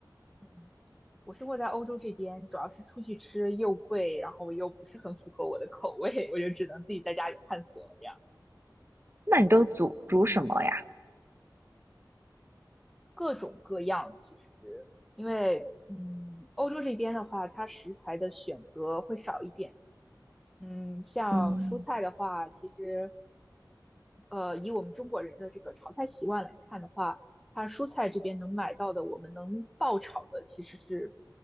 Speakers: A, in the centre; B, on the right.
A: 嗯，我生活在欧洲这边，主要是出去吃又贵，然后又不是很符合我的口味，我就只能自己在家里探索这样。
B: 那你都煮煮什么呀？
A: 嗯。各种各样。其实，因为嗯，欧洲这边的话，它食材的选择会少一点。嗯，像蔬菜的话，
B: 嗯
A: 其实呃，以我们中国人的这个炒菜习惯来看的话，它蔬菜这边能买到的，我们能爆炒的其实是